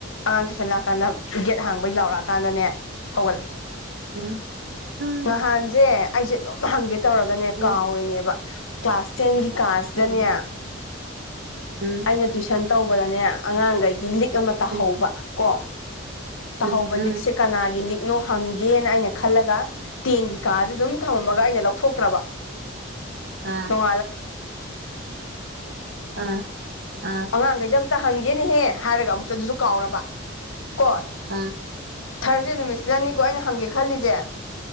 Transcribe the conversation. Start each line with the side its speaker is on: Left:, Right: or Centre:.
Left: ꯑꯉꯥꯡ ꯇꯨꯁꯟꯂꯥꯛꯑꯀꯥꯟꯗ ꯒꯦꯠ ꯍꯥꯡꯕꯩ ꯌꯥꯥꯎꯔꯛꯑꯀꯥꯟꯗꯅꯦ ꯍꯧꯒꯠꯂꯦ
Right: ꯎꯝ ꯎꯝ
Left: ꯅꯍꯥꯟꯁꯦ ꯑꯩꯁꯦ ꯑꯗꯨꯝ ꯍꯪꯒꯦ ꯇꯧꯔꯒꯅꯦ
Right: ꯎꯝ
Left: ꯀꯥꯎꯔꯤꯅꯦꯕ ꯀ꯭ꯂꯥꯁ ꯇꯦꯟꯒꯤ ꯀꯥꯁꯤꯗꯅꯦ
Right: ꯀꯩꯅꯣ ꯎꯝ
Left: ꯑꯩꯅ ꯇꯨꯏꯁꯟ ꯇꯧꯕꯗꯅꯦ ꯑꯉꯥꯡꯈꯗꯒꯤ ꯂꯤꯛ ꯑꯃ ꯇꯥꯍꯧꯕ
Right: ꯎꯝ
Left: ꯀꯣ ꯀꯥꯍꯧꯕ
Right: ꯎꯝ ꯎꯝ
Left: ꯂꯤꯛꯁꯦ ꯀꯅꯥꯒꯤ ꯂꯤꯛꯅꯣ ꯍꯪꯒꯦꯅ ꯑꯩꯅ ꯈꯜꯂꯒ ꯇꯦꯟꯒꯤ ꯀꯥꯥꯁꯦ ꯑꯗꯨꯝ ꯊꯝꯃꯝꯃꯒ ꯑꯩꯅ ꯂꯧꯊꯣꯛꯇ꯭ꯔꯕ
Right: ꯑ
Left: ꯅꯤꯣ
Right: ꯑꯥ ꯑꯥ
Left: ꯑꯥꯡ ꯑ ꯇ ꯍꯪꯒꯦꯅꯦꯍꯦ ꯍꯥꯏꯔꯒ ꯑꯃꯨꯛꯛꯇ ꯑꯗꯨꯁꯨ ꯀꯥꯎꯔꯕ ꯀꯣ
Right: ꯑ
Left: ꯊꯥꯔꯁꯗꯦ ꯅꯨꯃꯤꯠꯁꯤꯗꯅꯤꯀꯣ ꯑꯩꯅ ꯍꯪꯒꯦ ꯈꯜꯂꯤꯁꯦ